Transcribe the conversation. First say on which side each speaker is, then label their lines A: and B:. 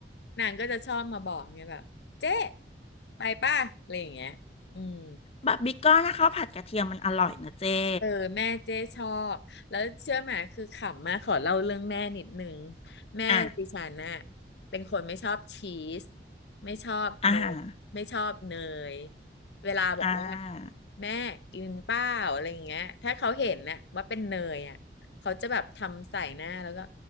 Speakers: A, on the left; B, on the left.
A: นางก็จะชอบมาบอกไงแบบเจ้ไปป่ะอะไรอย่างเงี้ยอืม
B: บะบิกก้อนนะคะผัดกระเทียมมันอร่อยนะเจ๊
A: เออแม่เจ๊ชอบแล้วเชื่อไหมคือขำมากขอเล่าเรื่องแม่นิดนึงแม่ดิฉันน่ะ
B: อ่ะ
A: เป็นคนไม่ชอบชีสไม่ชอบนมไม่ชอบเนย
B: อาหาฮะ
A: เวลาบอกว่า
B: อ่าฮะ
A: แม่กินเปล่าอะไรอย่างเงี้ยถ้าเขาเห็นน่ะว่าเป็นเนยอ่ะเขาจะแบบทำใส่หน้าแล้วก็